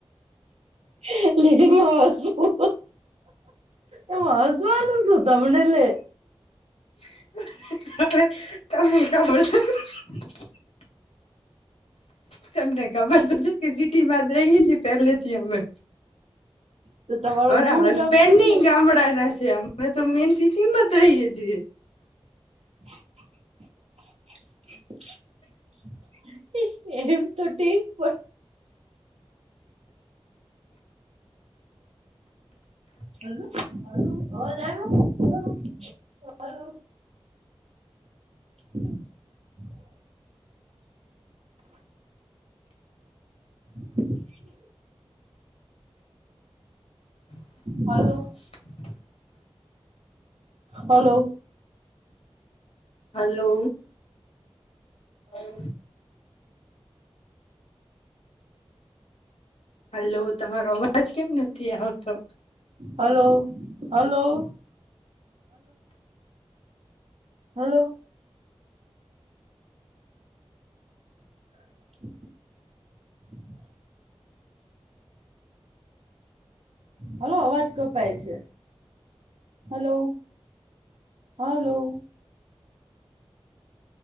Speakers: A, on the right; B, on the left.
A: ટ લેસવું એ હજવાનું છું તમને લે.
B: ક ક પ છે <unintelligible> તમને ખબર તોશે કે સિટીમાં રહીએ છીએ પેલે થી અમે,
A: તો તમારું
B: અમારા
A: મૂળ
B: હસબેન્ડની
A: ગામ તો છે
B: ગામડાના છે અમે તો મેન સ હિમત રહીએ જ
A: <inaudible> એમ તો ઠીક પણ હલો અવાજ આવ્યો hello <inaudible> <inaudible>
B: <inaudible>
A: hello hello
B: hello hello hello તમારો અવાજ કેમ નથી આવતો
A: હલો હલો હલો <inaudible> હલો અવાજ કપાય છે હલો હલો